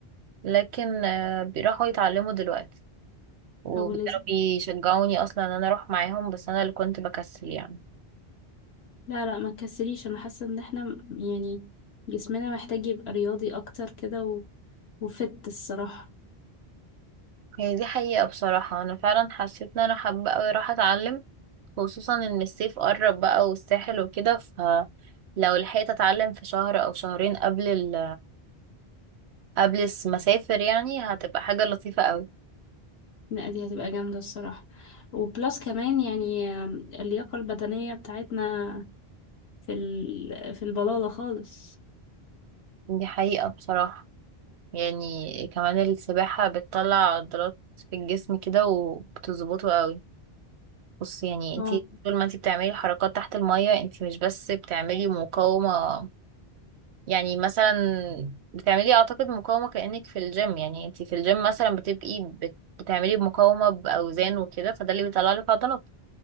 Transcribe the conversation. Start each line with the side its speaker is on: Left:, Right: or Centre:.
Right: لكن آه، بيروحوا يتعلموا دلوقتي وكانوا
Left: طب ولذيذ
Right: بيشجعوني اصلا ان انا اروح معاهم بس انا اللي كنت بكسل يعني
Left: لا لا ما تكسليش انا حاسه ان احنا م- يعني جسمنا محتاج يبقى رياضي اكتر كده و... وفت الصراحه
Right: هي دي حقيقة بصراحة انا فعلا حسيت ان انا حابة اوي اروح اتعلم خصوصا ان الصيف قرب بقى والساحل وكده فلو لحقت اتعلم في شهر او شهرين قبل ال... قبل المسافر يعني هتبقى حاجة لطيفة اوي
Left: لا دي هتبقى جامده الصراحه وبلس كمان يعني آم، اللياقه البدنيه بتاعتنا في ال... في البلاله خالص
Right: دي حقيقة بصراحة يعني كمان السباحة بتطلع عضلات في الجسم كده وبتظبطه اوي بص يعني انتي
Left: اه
Right: طول ما انتي بتعملي حركات تحت المية انتي مش بس بتعملي مقاومة يعني مثلا بتعملي اعتقد مقاومة كأنك في الجيم يعني انتي في الجيم مثلا بتبقي بت- بتعملي مقاومة بأوزان وكده فده اللي بيطلع لك عضلات